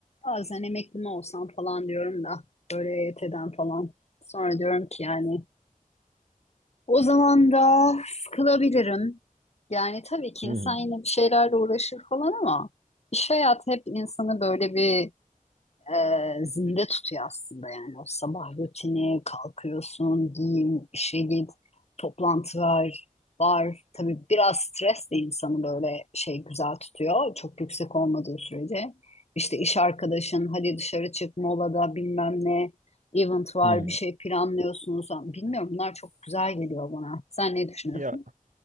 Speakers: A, on the left (about 45°); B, on the right (about 65°).
A: Bazen emekli mi olsam falan diyorum da böyle EYT'den falan. Sonra diyorum ki yani o zaman da sıkılabilirim. Yani tabii ki
B: Hı
A: insan
B: hı.
A: yine bir şeylerle uğraşır falan ama iş hayatı hep insanı böyle bir e, zinde tutuyor aslında yani o sabah rutini kalkıyorsun giyin işe git toplantı var var tabii biraz stres de insanı böyle şey güzel tutuyor çok yüksek olmadığı sürece işte iş arkadaşın hadi dışarı çık molada bilmem ne event var
B: Hı hı.
A: bir şey planlıyorsunuz bilmiyorum bunlar çok güzel geliyor bana sen ne düşünüyorsun?
B: Ya